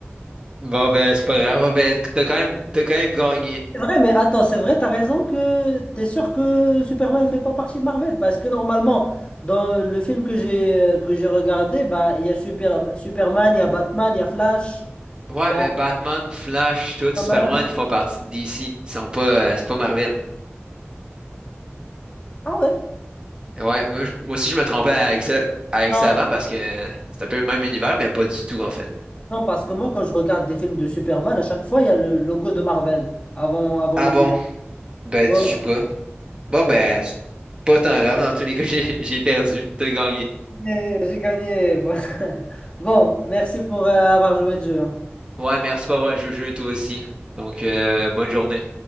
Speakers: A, on the right (about 20°); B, on the left (about 25°).
A: bon ben c'est pas grave. Bon, ben t'as quand même t'as quand même gagné.
B: C'est vrai, mais attends, c'est vrai, t'as raison que t'es sûr que Superman ne fait pas partie de Marvel, parce que normalement, dans le film que j'ai euh, que j'ai regardé, bah il y a Super, Superman, il y a Batman, il y a Flash,
A: Ouais
B: il y
A: ben
B: a
A: Batman, Flash, tout Superman,
B: pas
A: ils font partie de DC. Ils sont pas euh, c'est pas Marvel.
B: Ah ouais?
A: Ouais moi, je- moi aussi je me trompais avec ça avec
B: Non,
A: ça avant parce que c'est un peu le même univers mais pas du tout en fait.
B: non, parce que moi, quand je regarde des films de Superman, à chaque fois, il y a le logo de Marvel avant, avant
A: Ah
B: le
A: bon
B: film.
A: ben
B: Bon,
A: tu sais pas. Bon ben
B: j'ai
A: c'est pas tant grave dans tous les cas <laughs> j'ai j'ai perdu. T'as gagné.
B: gagné. j'ai gagné. <laughs> Bon, merci pour euh, avoir joué le jeu. hein.
A: Ouais merci pour avoir joué au jeu toi aussi. Donc euh, bonne journée.